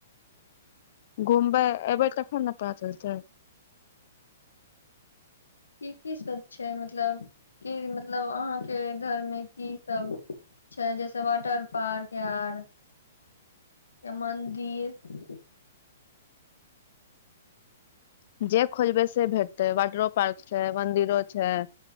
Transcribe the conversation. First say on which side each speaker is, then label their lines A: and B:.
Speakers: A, on the left; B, on the left.
A: घुमबै एयबै तखन ने पता चलतै
B: की की सब छै मतलब की मतलब अहाँके के घर मे की सब छै जैसे वाटर पार्क आर य मन्दिर
A: जे खोजबै से भेटतै वाटरो पार्क छै मन्दिरो छै